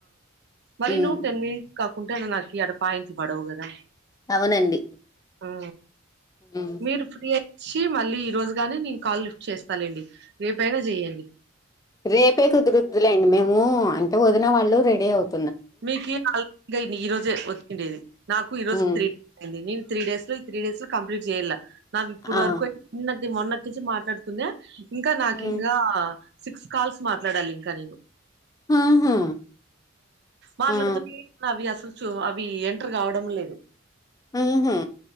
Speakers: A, on the right; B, on the left.
A: మళ్ళీ
B: హ్మ్.
A: నువ్ టెన్ మినిట్స్ కాకుంటే ఇంగ నకియాల పాయింట్లు పడవు గదా.
B: అవునండి
A: ఆ
B: హ్మ్.
A: మీరు ఫ్రీయే చ్చి మళ్ళీ ఈ రోజుగానే నేను కాల్ లిఫ్ట్ చేస్తాలేండి రేపైనా జేయండి.
B: రేపే కుదురుద్దులేండి మేము, అంటే వదిన వాళ్ళు రెడీ అవుత్
A: మీకు <unintelligible> ఈ రోజే వచ్చిండేది నాకు ఈ రోజు
B: హ్మ్
A: త్రీ డేస్ అయింది నేను త్రీ డేస్ లో ఇ త్రీ డేస్ లో కంప్లీట్ చేయలా, నాగిప్పుడు
B: ఆ
A: వరకు ఉన్న నే మొన్నటి నుంచి మాట్లాడుతున్న ఇంకా నాకింగా
B: హ్మ్
A: సిక్స్ కాల్స్ మాట్లాడాలింకా నేను ఊ
B: ఆహా
A: మాట్లాడుతుంది
B: ఆ
A: నవ్య సూచు అవి ఎన్ టరు కావడం గుడ లేదు,
B: ఆహా